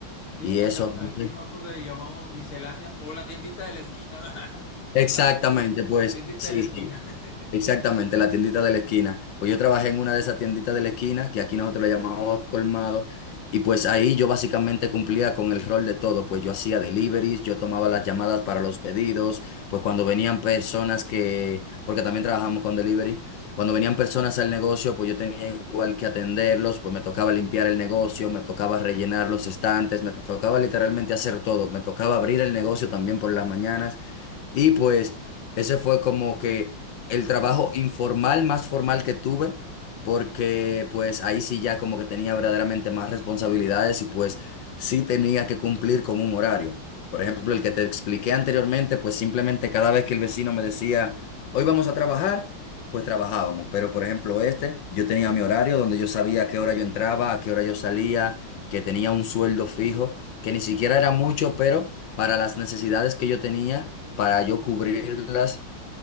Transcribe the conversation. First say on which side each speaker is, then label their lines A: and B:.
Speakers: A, on the left; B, on the left.
A: Sí,
B: y
A: a-
B: eso.
A: a-
B: no
A: aquí
B: sé.
A: nosotros le llamamos misceláneas o la tiendita de la esquina, <laughs>
B: Exactamente,
A: la verdad.
B: pues
A: La tiendita
B: sí,
A: de la esquina.
B: sí.
A: <laughs>
B: Exactamente, la tiendita de la esquina. Pues yo trabajé en una de esas tienditas de la esquina, que aquí nosotros le llamamos colmado, y pues ahí yo básicamente cumplía con el rol de todo, pues yo hacía deliveries, yo tomaba las llamadas para los pedidos, pues cuando venían personas que, porque también trabajamos con delivery, cuando venían personas al negocio, pues yo tenía igual que atenderlos, pues me tocaba limpiar el negocio, me tocaba rellenar los estantes, me tocaba literalmente hacer todo, me tocaba abrir el negocio también por las mañanas. Y pues ese fue como que el trabajo informal más formal que tuve, porque pues ahí sí ya como que tenía verdaderamente más responsabilidades y pues sí tenía que cumplir con un horario. Por ejemplo, el que te expliqué anteriormente, pues simplemente cada vez que el vecino me decía, hoy vamos a trabajar, pues trabajábamos. Pero por ejemplo, este, yo tenía mi horario donde yo sabía a qué hora yo entraba, a qué hora yo salía, que tenía un sueldo fijo, que ni siquiera era mucho, pero para las necesidades que yo tenía, para yo cubrirlas